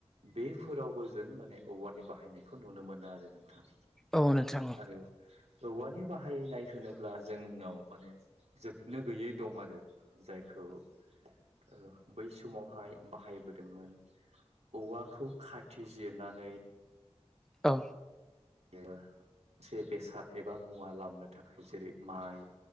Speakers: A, on the right (about 80°); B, in the centre.
A: बेफोरावबो जों माने औवानि बाहायनायखौ नुनो मोनो आरो नोंथां।
B: औ नोंथां।
A: आरो औवानि बाहायनाय होनोब्ला जोंनाव माने जोबनो गैयै दं आरो जायखौ ओ बै समावहाय बाहायबोदोंमोन, औवाखौ खाथि जिरनानै
B: औ।
A: ओ मोनसे बेसाद एबा मुवा लामोनो थाखाय जेरै माइ